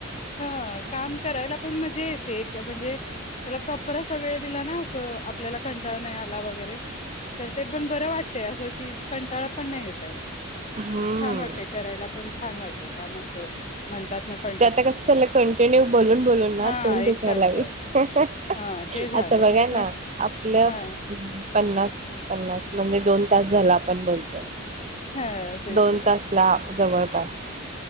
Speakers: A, on the left; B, on the right.
A: हा काम करायला पण मजा येते एक म्हणजे त्याला प्रॉपर असा वेळ दिला ना असं आपल्याला कंटाळा नाय आला वगैरे तर ते पण बरं वाटतय असं की कंटाळा पण नाय येत आहे
B: हम्म.
A: छान वाटतय करायला पण छान वाटतय काम असं म्हणतात ना कं
B: ते आता कसं चाललंय कंटिन्यू बोलून बोलून ना
A: हा
B: तोड
A: एकसारखं
B: दुखायला लागेल. आह्,
A: हा ते झालं
B: आता बघा
A: नाही
B: ना
A: त्रास
B: आपलं
A: हा
B: पन्नास पन्नास म दोन तास झाला आपण बोलतोय
A: हा तेच
B: दोन
A: ना
B: तासला जवळ पास